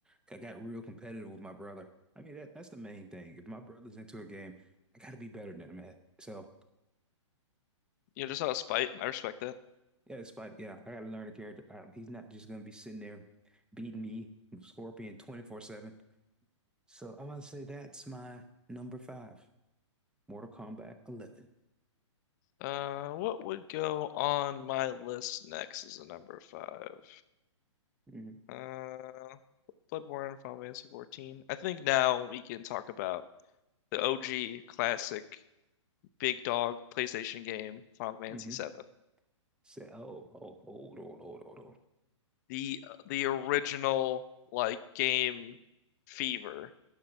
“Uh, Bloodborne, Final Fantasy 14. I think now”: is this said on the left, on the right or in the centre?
Left